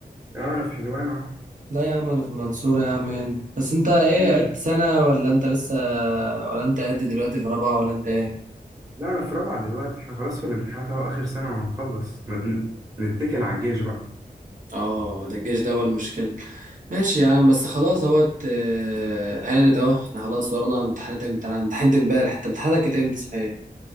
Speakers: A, on the right; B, on the right.
A: اه انا في حلوان اهو
B: لا يا عم انا في المنصورة يا عم إيه. بس انت ايه
A: مم.
B: عدت سنة ولا انت لسه ولا انت قد دلوقتي في رابعة ولا انت ايه
A: لا انا في رابعه دلوقتي احنا خلاص في الامتحانات اهو اخر سنه وهنخلص ن- ن- نتكل على الجيش بقى
B: اه ده الجيش ده هو المشكلة ماشي يا عم بس خلاص اهوت آه، هانت اهو احنا خلاص ورانا امتحانات امتى انا امتحنت امبارح انت امتحاناتك كانت امتى صحيح؟